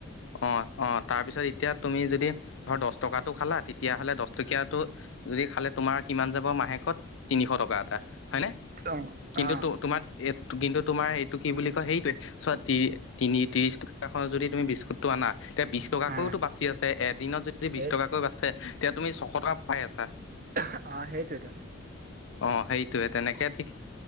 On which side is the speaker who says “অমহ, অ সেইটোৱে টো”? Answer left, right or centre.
Right